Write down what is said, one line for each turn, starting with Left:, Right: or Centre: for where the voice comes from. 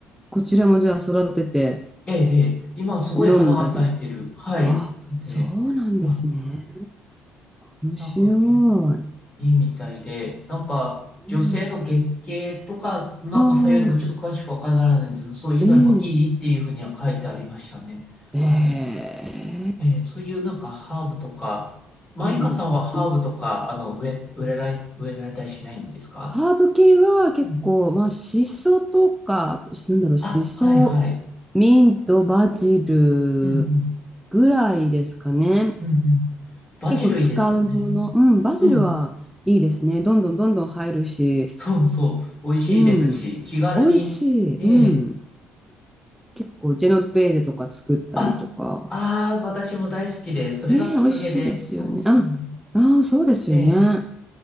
Centre: こちらもじゃあ育てて
Left: ええ、ええ今すごい花が咲いてる。
Centre: 飲んだり。
Left: はい。
Centre: あ、
Left: で、
Centre: そうなんですね。
Left: はい。
Centre: 面白
Left: なんか、
Centre: い。
Left: いいみたいで、なんか、女性の月経とかのなんかさよりもちょっと詳しくわからないんですけど、
Centre: うん。ああ、
Left: そういうのにもいいっていうふうには書いてありましたね。
Centre: ええええ
Left: はい。えーそういうなんかハーブとか、マイカさんはハーブとか、
Centre: ハーブ。
Left: あの、植え、植えられ、植えられたりしないんですか
Centre: ハーブ系は結構、
Left: うん。
Centre: まあ、シソとか、なんだろう、
Left: あ、
Centre: シソ、
Left: はいはい。
Centre: ミント、バジル
Left: うんうん。
Centre: ぐらいですかね。
Left: うんうん。バジルいいですよね。
Centre: 結構使うもの。うん、バジルはいいですね。
Left: うんうん。
Centre: どんどんどんどん入るし、
Left: そうそう。美味しいですし、
Centre: うん、
Left: 気軽に、
Centre: 美味しい。
Left: ええ
Centre: うん。結構、ジェノベーゼとか作ったりとか。
Left: あ、ああ、私も大好きで、それがきっかけで、
Centre: ねえ、美味しいですよね。
Left: そうそう。
Centre: あ、ああそうですよね。
Left: ええ。